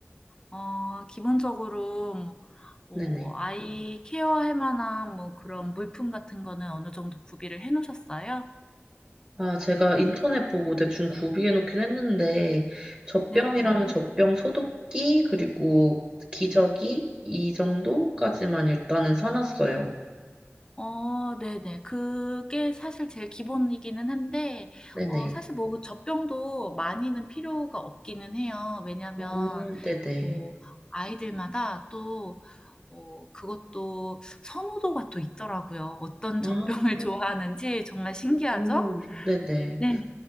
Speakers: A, on the left; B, on the right.
A: 어, 기본적으로, 뭐, 뭐,
B: 네네.
A: 아이 케어할 만한, 뭐, 그런 물품 같은 거는 어느 정도 구비를 해 놓으셨어요?
B: 아, 제가 인터넷 보고 대충 구비해 놓긴 했는데, 젖병이랑
A: 네네.
B: 젖병 소독기, 그리고 기저귀, 이 정도까지만 일단은 사놨어요.
A: 어, 네네. 그게 사실 제일 기본이기는 한데,
B: 네네.
A: 어, 사실 뭐 젖병도 많이는 필요가 없기는 해요. 왜냐면,
B: 아, 네네.
A: 뭐, 아이들마다 또, 어, 그것도 선호도가 또 있더라고요. 어떤
B: 아,
A: 젖병을 <laughs> 좋아하는지 정말 신기하죠?
B: 오, 네네.
A: 네네.